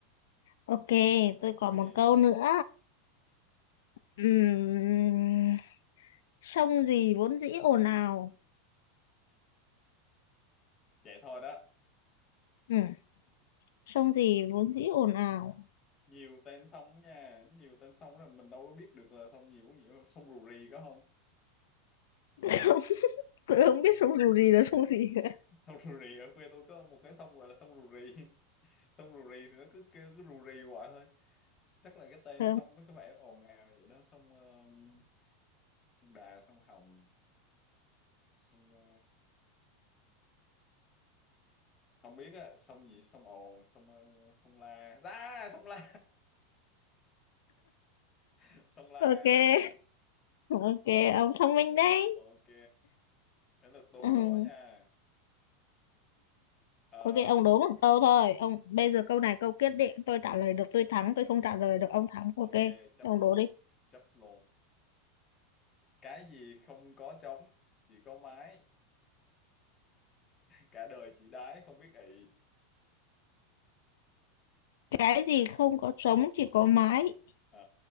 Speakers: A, on the left; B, on the left.
A: ok
B: câu
A: tôi
B: cuối
A: còn
B: đi
A: một câu nữa Ừm, sông gì vốn dĩ ồn ào
B: vậy thôi đó
A: Ừm, sông gì vốn dĩ ồn ào
B: nhiều tên sông nha nhiều tên sông là mình đâu có biết được là sông nhiều gì sông Rù Rì có không
A: <laughs> tôi không biết sông dù gì là sông gì cả.
B: <laughs> sông Rù Rì ở quê tôi có một cái sông gọi là sông Rù Rì <laughs> sông Rù Rì thì nó cứ kêu cứ Rù Rì hoài thôi chắc là cái tên
A: Ờ,
B: sông nó cứ phải ồn ào vậy đó sông ờ, sông Đà sông Hồng sông ờ, không biết á sông gì sông ồn sông ờ, sông la ra sông la <laughs> sông la
A: ok ok ông thông minh đấy
B: ok đến lượt tôi
A: ừ.
B: đố nha Ờ,
A: ok ông đố một câu thôi ông bây giờ câu này câu quyết định tôi trả lời được tôi thắng tôi không trả lời được ông thắng ok
B: ok chấp
A: ông
B: luôn
A: đố đi
B: chấp luôn cái gì không có trống chỉ có mái cả đời chỉ đái không biết ị
A: cái gì không có trống chỉ có mái
B: Ờ,